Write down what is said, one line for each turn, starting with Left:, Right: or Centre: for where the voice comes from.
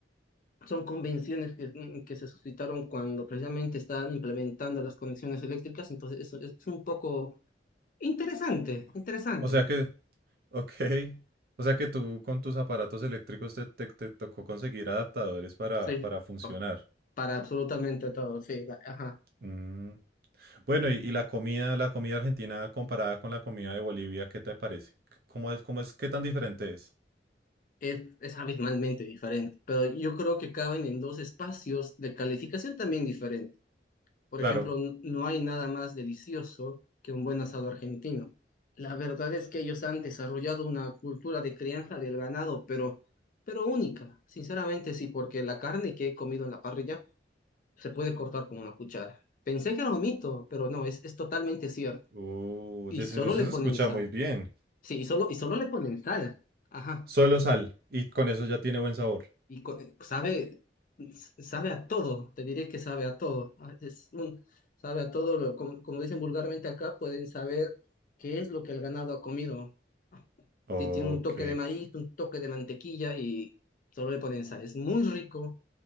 Left: son convenciones que, mm, que se suscitaron cuando precisamente estaban implementando las conexiones eléctricas, entonces eso es, es un poco interesante, interesante,
Right: O sea que, ok. O sea que tú con tus aparatos eléctricos te, te- te tocó conseguir adaptadores para,
Left: sí,
Right: para funcionar.
Left: pa- para absolutamente todo, sí, la- ajá.
Right: Mm, Bueno, y, y la comida, la comida argentina comparada con la comida de Bolivia, ¿qué te parece? ¿Cómo es, cómo es, qué tan diferente es?
Left: es, es abismalmente diferente, pero yo creo que caben en dos espacios de calificación también diferente. Por
Right: Claro.
Left: ejemplo, n- no hay nada más delicioso que un buen asado argentino. La verdad es que ellos han desarrollado una cultura de crianza del ganado, pero, pero única, sinceramente sí, porque la carne que he comido en la parrilla se puede cortar con una cuchara. Pensé que era un mito, pero no, es, es totalmente cierto.
Right: Oh,
Left: Y
Right: oye,
Left: solo
Right: eso, eso
Left: le ponen
Right: se escucha
Left: sal.
Right: muy bien.
Left: Sí, y solo, y solo le ponen sal. Ajá.
Right: Solo sal, y con eso ya tiene buen sabor.
Left: y co- eh, sabe, sabe a todo, te diré que sabe a todo. Ah, es un- sabe a todo, lo- como, como dicen vulgarmente acá, pueden saber qué es lo que el ganado ha comido.
Right: Ok.
Left: Ti- Tiene un toque de maíz, un toque de mantequilla y solo le ponen sal. Es muy rico,